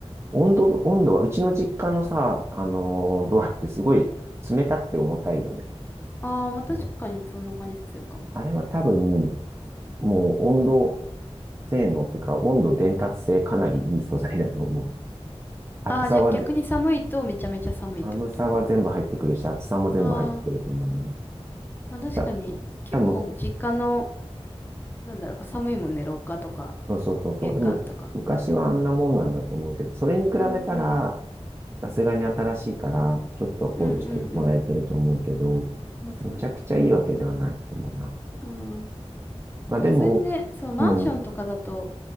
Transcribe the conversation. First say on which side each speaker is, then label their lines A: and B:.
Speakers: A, on the right (about 25°); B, on the left (about 20°).
A: 温度、温度は、うちの実家のさ、あのードアってすごい冷たくて重たいよね。
B: ああ、まあ確かにそんな感じするかも。
A: あれは多分、もう温度性能っていうか、温度伝達性かなりいい素材だと思う。厚さはぜ、
B: ああ、じゃあ逆に寒いとめちゃめちゃ寒いってこと
A: 寒さは全部入ってくるし、厚さも全部入ってくると思うな。
B: ああ、まあ確かに、
A: た、
B: 結構実家の、
A: 多分、
B: なんだろう、寒いもんね、廊下とか、
A: そうそうそうそう。
B: 玄関とか。
A: でも、昔はあんなもんなんだと思うけど、それに比べたら、
B: うんうん。
A: さすがに新しいから、ちょっと考慮してもらえてると思うけど、
B: うんうんうん。まあそうだね。
A: めちゃくちゃいいわけではないと思うな。
B: うん。
A: まあでも、
B: まあ普通にね、そう、マンションとかだと、
A: うん、